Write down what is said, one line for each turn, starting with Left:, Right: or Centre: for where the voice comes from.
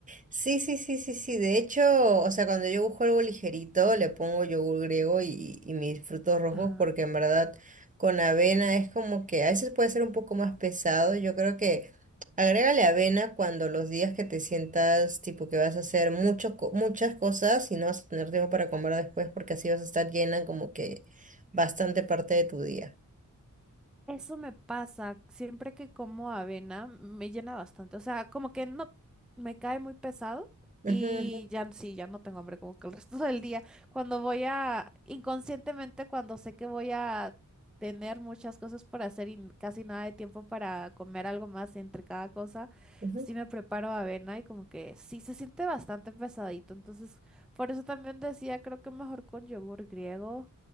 Right: Sí, sí, sí, sí, sí. De hecho, o sea, cuando yo busco algo ligerito, le pongo yogur griego y, y mis frutos rojos,
Centre: Ajá.
Right: porque en verdad con avena es como que a veces puede ser un poco más pesado. Yo creo que agrégale avena cuando los días que te sientas tipo que vas a hacer mucho, co- muchas cosas y no vas a tener tiempo para comer después, porque así vas a estar llena como que bastante parte de tu día.
Centre: Eso me pasa. Siempre que como avena me llena bastante. O sea, como que no me cae muy pesado
Right: Ujú,
Centre: y ya n- sí, ya no tengo hambre como que el <laughs> resto del día. Cuando voy a, inconscientemente, cuando sé que voy a tener muchas cosas por hacer y n- casi nada de tiempo para comer algo más entre cada cosa,
Right: ujú,
Centre: sí
Right: ujú.
Centre: me preparo avena y como que sí se siente bastante pesadito. Entonces, por eso también decía, creo que mejor con yogur griego.